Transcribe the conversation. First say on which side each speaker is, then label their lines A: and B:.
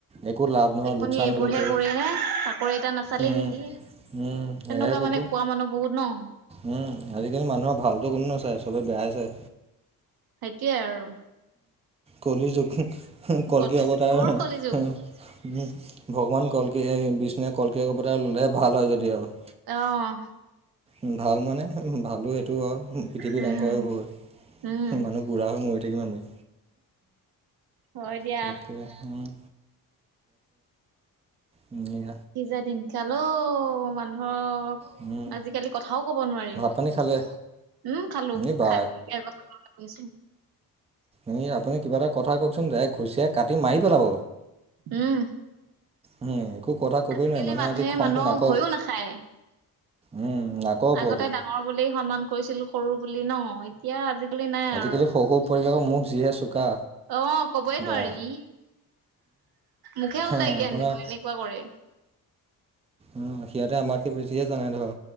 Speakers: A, on the right (about 15°); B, on the right (about 85°).
A: একো লাভ নহয়
B: <unintelligible>
A: লোকচান
B: এইবোৰ
A: হ'ব
B: হে
A: তোৰ।
B: কৰিলে, চাকৰি এটা নাচালি
A: উম,
B: নেকি। তেনেকুৱা
A: উম, সেয়াহে ক'ব,
B: মানে কোৱা মানুহ বহুত ন'।
A: উম, আজিকালি মানুহৰ ভালতো কোনো নাচায়, চবে বেয়াই চায়।
B: সেইটোৱে আৰু।
A: কলিৰ য কল
B: কলিযুগ
A: কি অৱতাৰ
B: ঘোৰ কলিযুগ
A: উ ভগৱান কলকি এই বিষ্ণুৱে কলকিপ এটা ল'লেহে ভাল হয় যদি আৰু
B: অহ
A: উ ভাল মানে ভালো সেইটো আৰু পৃথিৱীৰত
B: উম
A: অংশ হৈ গ
B: উম
A: মানুহ বুঢ়া হৈ মৰি আমি
B: হয় দিয়া
A: তাকে উম উম,
B: পিজা দিনকালো মানুহৰ
A: উম
B: আজিকালি কথাও কব নোৱাৰি
A: ভাত পানী খালে
B: উম খালো
A: এই বা
B: খাইছছো
A: এ আপুনি কিবা এটা কথা কওকচোন য ঘুচিয়াই কাটি মাৰি পেলাব
B: উম,
A: উম একো কথা কবই
B: আজিকালি
A: নোৱাৰি মানুহে আজি খংটো
B: মানুহক
A: নাকক
B: ভয়ো নাখায়।
A: উম, নাকৰ ওপৰতে
B: আগতে ডাঙৰ বুলি সন্মান কৰিছিলো সৰু বুলি ন এতিয়া আজিকালি নাই
A: আজিকালি
B: আৰু
A: সৰু সৰু পোৱালিবিলাকৰ মুখ যিহে চোকা
B: অ', কবই নোৱাৰি
A: বা
B: মুখে
A: হে
B: ওলাই জ্ঞান
A: আপোনাৰ
B: দিব এনেকুৱা কৰে
A: উম সিহঁতে আমাকে বেছিয়ে জানাই ধৰ